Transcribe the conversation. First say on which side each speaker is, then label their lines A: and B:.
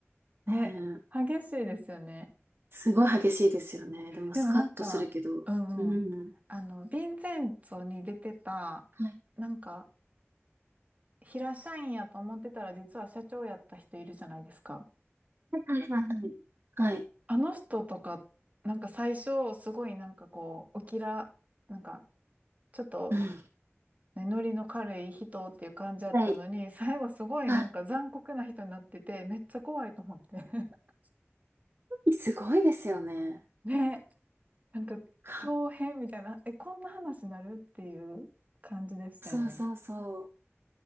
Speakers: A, on the right; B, on the right.
A: ね。
B: ねえ
A: 激しいですよね。
B: すごい激しいですよね。でも、
A: でもなんか、
B: スカッとするけど。
A: うんうん。
B: うん。
A: あの、ヴィンセンツォに出てた、
B: はい。
A: なんか、平社員やと思ってたら実は社長やった人いるじゃないですか。
B: はいはいはいはい。はい。
A: あの人とか、なんか最初、すごいなんかこう、おきら、なんか、ちょっと
B: うん
A: ねノリの軽い人っていう感じだったのに、
B: はい。<laughs>
A: <laughs> 最後すごいなんか残酷な人になってて、
B: あ、
A: めっちゃ怖いと思って。<laughs>
B: すごいですよね。
A: ね、なんか、
B: <laughs> か
A: 豹変みたいな、え、こんな話になるっていう感じでしたよね。
B: そうそうそう。